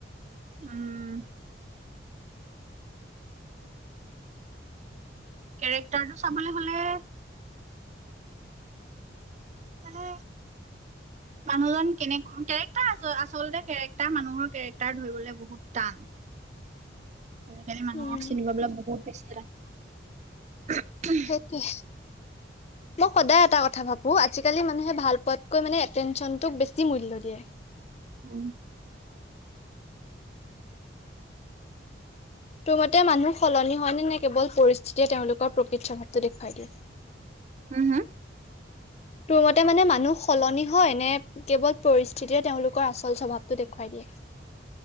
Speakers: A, on the right; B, on the left.
A: উম। কেৰেক্টাৰটো চাবলৈ হ'লে মানে মানুহজন কেনেক কেৰেক্টাৰ আচল আচলতে কেৰেক্টাৰ মানুহৰ কেৰেক্টাৰ ধৰিবলৈ বহুত টান। আজিকালি মানুহক
B: উম,
A: চিনিব পাবলে বহুত বেছি টান।
B: সেইটোৱে।
A: <inaudible>
B: মই সদায় এটা কথা ভাবো আজিকালি মানুহে ভাল পোৱাতকৈ মানে এটেনশ্যনটোক বেছি মূল্য দিয়ে।
A: উম।
B: তোৰ মতে মানুহ সলনি হয় নে-নে কেৱল পৰিস্থিতিয়ে তেওঁলোকৰ প্ৰকৃত স্বভাৱটো দেখুৱাই দিয়ে?
A: হুম -হুম।
B: তোৰ মতে মানে মানুহ স সলনি হয় নে কেৱল পৰিস্থিতিয় তেওঁলোকৰ আচল স্বভাৱটো দেখুৱাই দিয়ে?